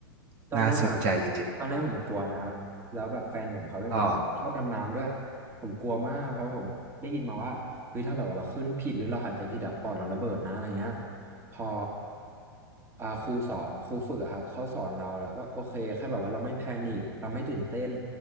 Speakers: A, on the right (about 20°); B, on the right (about 50°).
A: ตอนแรกอะ
B: น่าสนใจจริง
A: ตอนแรกผมกลัวนะครับ แล้วแบบแฟนผมเขาเป็นคนที่ชอบดำน้ำด้วย
B: ๆอ๋อ
A: ผมกลัวมากเพราะผมได้ยินมาว่าเฮ้ยถ้าแบบว่าเราขึ้นผิดหรือเราหายใจผิดอะปอดเราระเบิดนะอะไรเงี้ยพออ่าครูสอนครูฝึกอะครับเขาสอนเราแล้วก็โอเคแค่แบบว่าเราไม่แพนิคเราไม่ตื่นเต้น